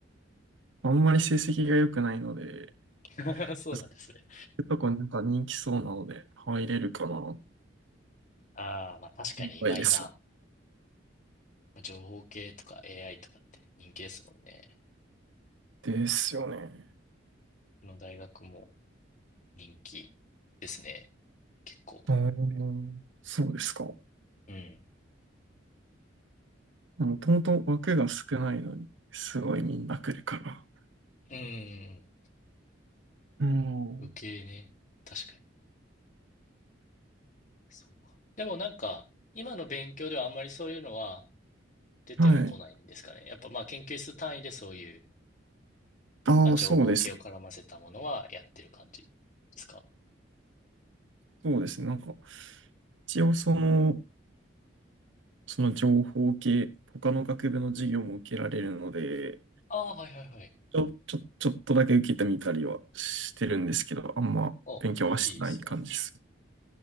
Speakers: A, on the right; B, on the left.
A: あんまり成績が良くないので、
B: <laughs> そうなんですね。
A: そういうとこになんか人気そうなので入れるかな。
B: ああ、まあ確かに、
A: いっぱいです。
B: 今今、情報系とか AI とかって人気ですもんね。
A: ですよね。
B: この大学も人気ですね。結構。
A: うーん、そうですか。
B: うん。
A: もともと枠が少ないのに、すごいみんな来るから。
B: うん、うんうん
A: うん。
B: 余計ね。確かに。そうか。でもなんか、今の勉強ではあんまりそういうのは出てはこないんですかね。
A: はい。
B: やっぱまあ研究室単位でそういう
A: ああ、
B: まあ、情報系を絡ませたものはやってる感じですか
A: そうです。そうですね。なんか、一応その、その情報系、他の学部の授業も受けられるので、
B: ああー、はいはいはい。
A: ちょ、ちょ、ちょっとだけ受けてみたりはしてるんですけど、あんま勉強はしてない感じです。
B: お、いいですね。